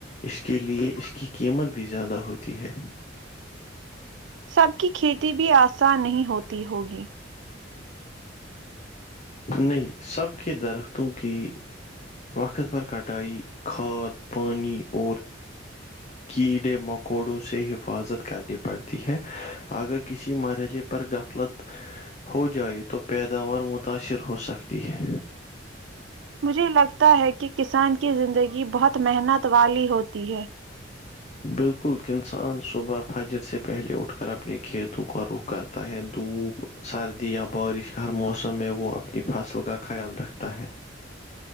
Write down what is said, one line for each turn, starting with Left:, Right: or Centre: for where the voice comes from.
Left: اس کے لیئے اس کی قیمت بھی زیادہ ہوتی ہے
Right: سب کی کھیتی بھی آسان نہیں ہوتی ہوگی
Left: نہیں سب کے درختوں کی وقت بھر کٹائائی کھاد پانی اور کیڑے مکوڑوں سے حفاظت کرنی پڑتی ہے اگر کسی مرحلے پر غفلت ہو جائے تو پیداوار متاثر ہو سکتی ہے
Right: مجھے لگتا ہے کہ کسان کی زندگی بہت محنت والی ہوتی ہے
Left: بالکل ک انسان صبح فجر سے پہلے اٹھ اٹھ کر اپنے کھیتوں کو رخ کرتا ہے دھوپ سردی یا بارش ہر موسم میں وہ اپنی فصل کا خیال رکھتا ہے